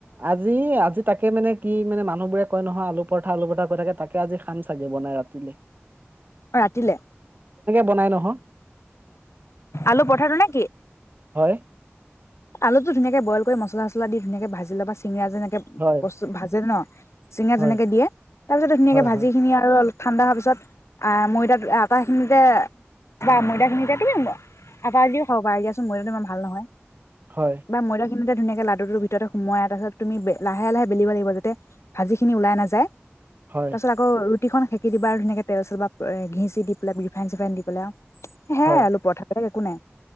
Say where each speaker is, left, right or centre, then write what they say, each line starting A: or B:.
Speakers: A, on the right; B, on the left.
A: আজি-আজি তাকে মানে কি মানে মানুহবোৰে কয় নহয় আলু পৰঠা, আলু পৰঠা কৈ থাকে তাকে আজি খাম চাগে বনাই ৰাতিলে। অ', অ।
B: অ', ৰাতিলে
A: বনাই নহয়
B: আলু পঠাৰটো নে কি?
A: হয়।
B: আলুতটো ধুনীয়াকৈ বইল কৰি মছলা পচলা দি ধুনীয়াকে ভাজি লব চিঙৰা যেনেকে
A: হয়
B: বস্তু ভাজে ন। চিঙিৰা
A: হয়
B: যেনেকে দিয়ে তাৰপিছতে ধুনীয়াকে
A: হয়
B: ভাজি
A: হয়
B: খিনি আৰু অল ঠাণ্ডা হোৱাৰ পিছত আহ, ময়দা আটাখিনিতে বা ময়দাখিনিতে তুম আ-আটা দিও খাব পাৰ দিয়াচোন ময়দাটো ইমান ভাল নহয়।
A: হয়
B: বা ময়দা <unintelligible> ধুনীয়াক লাডুৰ ভিতৰতে সোমাই তাৰপাছত তুমি বে-লাহে লাহে বেলিব লাগিব যাতে ভাজিখিনি ওলাই নাযায়।
A: হয়
B: পাছত আকৌ। ৰুটিখন খেকি দিবা আৰু ধুনীয়াকৈ তেল-চেল বা ঘি-চি দি পেলাই ৰিফাইন- চিফাইন দি পেলাই। হে
A: হয়
B: আলু পৰঠা <unintelligible> কোনে।